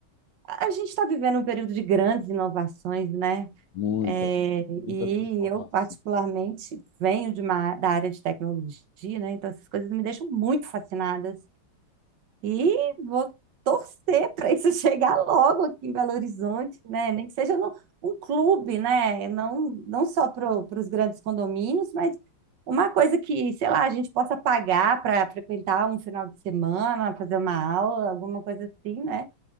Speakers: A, on the right; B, on the left.
A: a gente está vivendo um período de grandes inovações, né?
B: Muita,
A: É,
B: muita
A: e
B: transformação.
A: eu, particularmente, venho de uma, da área de tecnologia, né? Então, essas coisas me deixam muito fascinada. E vou torcer para isso <laughs> chegar logo aqui em Belo Horizonte, né? Nem que seja no, um clube, né? Não, não só para os grandes condomínios, mas uma coisa que, sei lá, a gente possa pagar para frequentar um final de semana, fazer uma aula, alguma coisa assim, né?